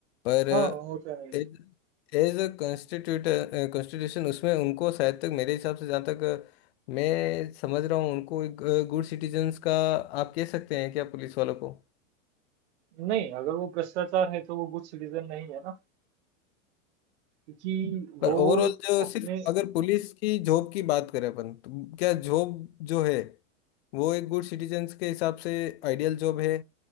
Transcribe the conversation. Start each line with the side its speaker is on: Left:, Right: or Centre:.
Left: पर
Right: हाँ होता है
Left: एज एज अ कॉन्स्टिट्यूट कॉन्स्टिट्यूशन उसमें उनको शायद तक मेरे हिसाब से जहाँ तक अ, मैं समझ रहा हूँ उनको एक गुड सिटीजन्स का आप कह सकते हैं क्या पुलिस वालों को
Right: नहीं अगर वो भ्रष्टाचार है तो वो गुड सिटीजन नहीं है ना क्योंकि
Left: पर
Right: वो
Left: ओवरऑल जो
Right: अपने
Left: सिर्फ अगर पुलिस की जॉब की बात करें अपन तो क्या जॉब जो है वो एक गुड सिटीजन्स के हिसाब से आइडियल जॉब है